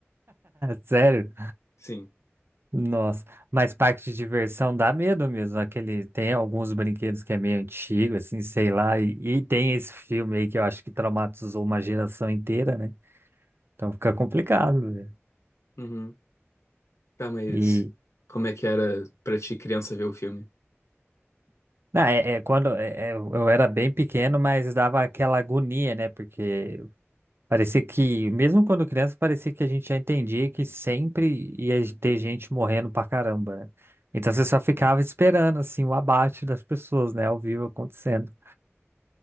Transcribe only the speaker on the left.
Sim.
Uhum. Tá, mas
como é que era pra ti, criança, ver o filme?